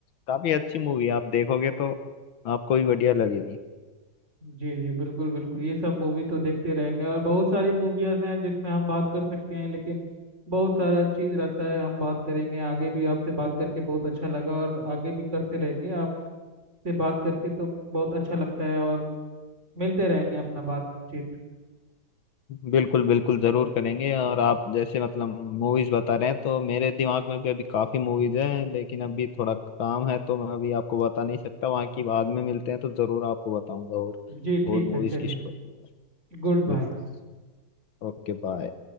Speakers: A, on the left (about 70°); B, on the right (about 35°).
A: काफी अच्छी मूवी है आप देखोगे तो आपको भी बढ़िया लगेगी
B: जी जी बिल्कुल बिल्कुल ये सब मूवी तो देखते रहेंगे और बहुत सारी मूवीज हैं जिसमें हम बात कर सकते हैं लेकिन बहुत सारा चीज़ रहता है हम बात करेंगे आगे भी आपसे बात करके बहुत अच्छा लगा और आगे भी करते रहेंगे आपसे बात करके तो बहुत अच्छा लगता है और मिलते रहेंगे अपना बातचीत
A: बिल्कुल बिल्कुल जरूर करेंगे और आप जैसे मतलब मूवीज बता रहे हैं तो मेरे दिमाग में भी अभी काफी मूवीज हैं लेकिन अभी थोड़ा काम है तो मैं अभी आपको बता नहीं सकता वहाँ की बाद में मिलते हैं तो जरूर आपको बताऊंगा और
B: जी
A: और
B: ठीक
A: मूवीज
B: है चलिए
A: की स्टोरी
B: Good bye
A: बिल्कुल Okay bye